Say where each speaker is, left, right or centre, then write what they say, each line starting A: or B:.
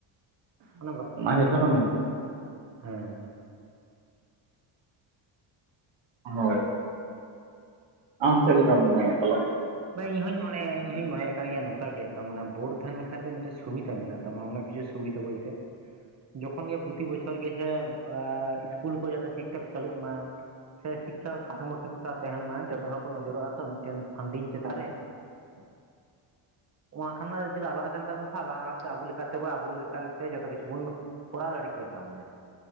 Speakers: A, on the right (about 30°); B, on the right (about 60°).
A: ᱚᱱᱟ ᱵᱟᱛᱟ ᱠᱟᱱ
B: ᱦᱩᱭᱩᱜ
A: ᱜᱮ
B: ᱠᱟᱱᱟ ᱢᱮᱱ ᱠᱟᱛᱷᱟ
A: ᱦᱮᱸ᱾
B: ᱦᱳᱭ ᱟᱢ ᱪᱮᱜ ᱞᱮᱠᱟᱢ ᱢᱚᱱᱮᱭᱮᱜ ᱛᱟᱞᱟᱝᱟ?
A: ᱵᱮ ᱤᱧᱦᱧ ᱢᱚᱱᱮᱭᱟ ᱤᱧ ᱤᱧ ᱢᱚᱱᱮᱜ ᱠᱟᱱ ᱜᱮᱭᱟ ᱱᱚᱝᱠᱟ ᱜᱮ ᱛᱟᱨᱢᱟᱱ ᱵᱳᱲ ᱛᱟᱦᱮᱱ ᱞᱮᱱ ᱠᱷᱟᱡ ᱫᱚ ᱢᱤᱜᱴᱮᱱ ᱥᱩᱵᱤᱛᱟ ᱢᱮᱱᱟᱜ ᱛᱟᱢᱟ ᱚᱱᱟ ᱠᱤᱪᱷᱩ ᱥᱩᱵᱤᱛᱟ ᱵᱚᱞᱛᱮ
B: <inaudible>
A: ᱡᱚᱠᱷᱚᱱ ᱜᱮ ᱯᱚᱛᱤ ᱵᱚᱪᱷᱚᱨ ᱜᱮ ᱡᱷᱮ ᱟ ᱤᱥᱠᱩᱞ ᱠᱚ ᱡᱟᱛᱮ ᱴᱷᱤᱠ ᱴᱷᱟᱠ ᱪᱟᱹᱞᱩᱜ ᱢᱟ᱾ ᱥᱮ ᱴᱷᱤᱠ ᱴᱷᱟᱠ ᱠᱟᱴᱷᱟᱢᱳ ᱴᱷᱤᱠ ᱴᱷᱟ ᱛᱟᱦᱮᱱ ᱢᱟᱭ ᱡᱚᱛᱚ ᱦᱚᱲ ᱠᱚ ᱱᱚᱡᱚᱨᱚᱜᱼᱟ ᱛᱚ ᱢᱤᱜᱴᱮᱱ ᱯᱷᱟᱱᱰᱤᱝ ᱪᱮᱛᱟᱱ ᱨᱮ ᱚᱣᱟᱠᱷᱟᱱ ᱢᱟ ᱪᱮᱫᱟᱜ ᱟᱞᱟᱫᱟ ᱠᱟᱱ ᱛᱟᱵᱚ <unintelligible> ᱟᱵᱩ ᱞᱮᱠᱟᱛᱮᱵᱚ ᱟᱵᱩ ᱞᱮᱠᱟᱞ ᱛᱮ ᱡᱚᱛᱚ ᱠᱤᱪᱷᱩ ᱵᱚᱱ ᱠᱚᱨᱟᱣ ᱫᱟᱲᱮ ᱠᱮᱭᱟ ᱛᱟ ᱢᱟᱱᱮ᱾